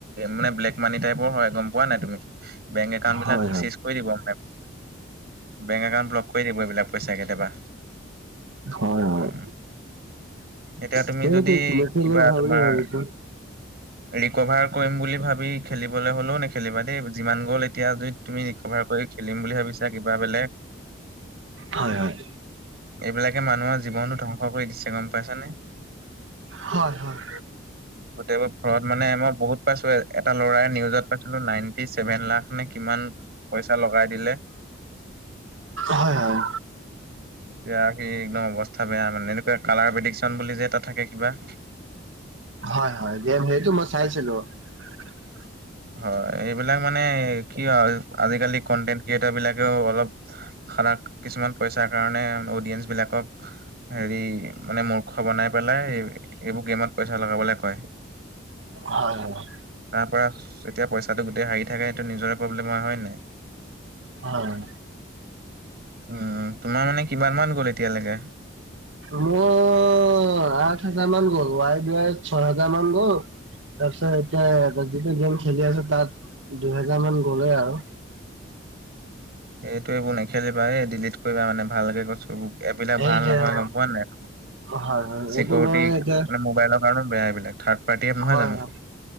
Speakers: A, on the right; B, on the right.
A: মানে ব্লেক মানি টাইপৰ হয় গম পোৱা নাই তুমি? বেংক একাউন্ট বিলাক
B: হয় হয়
A: চিজ কৰি দিব মানে বেংক একাউন্ট ব্লক কৰি দিব এইবিলাক পইচা কেতিয়াবা।
B: হয় হয়,
A: উম, এতিয়া তুমি
B: সেইটোতো
A: যদি
B: নেখেলোঁ
A: কিবা
B: ভাল
A: তোমাৰ
B: বুলি ভাবিছো।
A: ৰিকভাৰ কৰিম বুলি ভাবি খেলিবলৈ হ'লেও নেখেলিবা দেই যিমান গ'ল এ তিয়া যদি তুমি ৰিকভাৰ কৰি খেলিম বুলি ভাবিছা কিবা বেলেগ
B: হয় হয়।
A: এইবিলাকে মানুহৰ জীৱনটো ধ্বংস কৰি দিছে গম পাইছানে?
B: হয় হয়।
A: <inaudible> গোটেইবোৰ ঘৰত মানে মই বহুত পাইছো এটা ল'ৰাই নিউজত পাইছিলো নাইনটি ছেভেন লাখ নে কিমান পইচা লগাই দিলে।
B: হয় হয়।
A: এতিয়া সি একদম অৱস্থা বেয়া মানে এনেকুৱা কালাৰ পেদিক চন বুলি যে এটা থাকে কিবা।
B: হয়-হয় গম সেইটো মই চাইছিলো। <inaudible>
A: হয় এইবিলাক মানে কি হয় আজিকালি কন্টেন ক্ৰিয়েটাৰ বিলাকেও অলপ সানাক কিছুমান পইচাৰ কাৰণে অডিয়েন্ঞ্চ বিলাকক। হেৰি মানে মূৰ্খ বনাই পেলাই এই এইবোৰ গেমত পইচা লগাবলে কয়।
B: হয় হয়।
A: তাৰ পৰা যেতিয়া পইচাটো গোটেই হাৰি থাকে সেটো নিজৰে প্ৰব্লেম হ হয় নাই।
B: হয়।
A: উম তোমাৰ মানে কিমান মান গ'ল এতিয়ালৈকে।
B: মো
A: <unintelligible>
B: অ আঠ হাজাৰ মান গ'ল ৱাই, যোৱাই ছয় হোজাৰ মান গ'ল তাৰপিছত এতিয়া যিটো গেম খেলি আছো তাত দুহেজাৰ মান গলেই আৰু
A: এইটো এইবোৰ নেখেলিবা এই ডিলিট কৰিবা মানে ভালকে কৈছো এইবিলাক ভাল
B: এই যে
A: নহয়
B: হয়
A: গম পোৱা নাই
B: হয়
A: চিকিউৰিটি
B: এইটো মই
A: মানে
B: এতিয়া
A: মোবাইলৰ কাৰণে বেয়া এইবিলাক থাৰ্ড পাৰ্টি নহয়
B: হয়
A: জানো
B: হয়